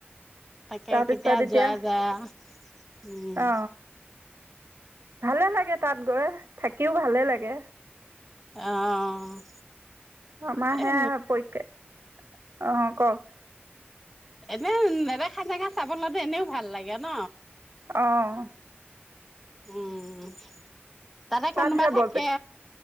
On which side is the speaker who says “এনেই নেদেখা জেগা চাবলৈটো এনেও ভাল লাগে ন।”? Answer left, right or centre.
Centre